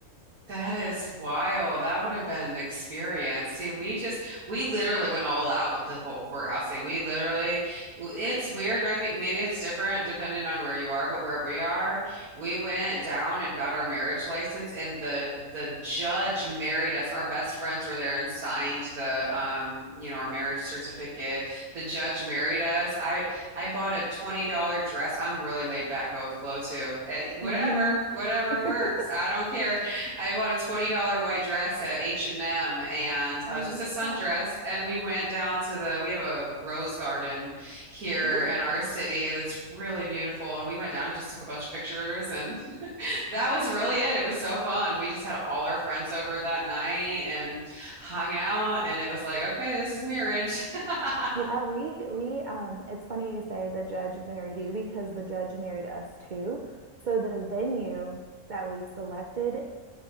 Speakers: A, on the right (about 85°); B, on the right (about 70°).
A: That is wild. That would have been an experience. See, we just, we literally went all out with the whole courthouse thing. We literally, it's weird, maybe, maybe it's different depending on where you are, but where we are, we went down and got our marriage license, and the the judge married us. Our best friends were there and signed the, um, you know, our marriage certificate. The judge married us. I I bought a $20 dress. I'm really laid back, go with flow too. Eh, Whatever,
B: hmm
A: whatever
B: <laughs>
A: works. I don't care. I bought a $20 white dress at H&M and M and
B: I
A: uh, just
B: love
A: a sundress.
B: that.
A: And we went down to the, we have a rose garden here
B: Ooh.
A: in our city that's really beautiful. And we went down and just took a bunch of pictures. And <laughs> that was really it. It was so fun. We just had all our friends over that night and hung out. And it was like, okay, this is marriage. <laughs>
B: Yeah, we we um it's funny you say the judge married you because the judge married us too. So the venue that we selected